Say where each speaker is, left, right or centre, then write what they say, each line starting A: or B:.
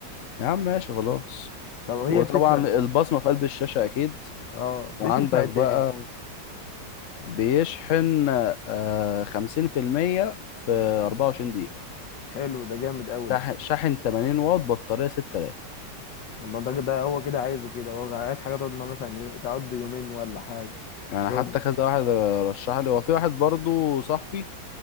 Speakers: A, on the left; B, on the left.
A: يا عم ماشي خلاص
B: طب هي
A: وطبعا
B: الفكره
A: البصمة في قلب الشاشة أكيد
B: اه
A: وعندك
B: بيشنفع قد
A: بقى
B: ايه
A: بيشحن آه خمسين في المية في أربعة وعشرين دقيقة
B: حلو ده جامد قوي
A: شاحن
B: ده
A: شاحن 80 واط بطارية 6000
B: الله ده ده هو كده عايزه كده هو عايز حاجه تقعد معاه مثلا يو... تقضي يومين ولا حاجه
A: يعني
B: تقعد
A: حتى كذا واحد رشح لي هو في واحد برضو صاحبي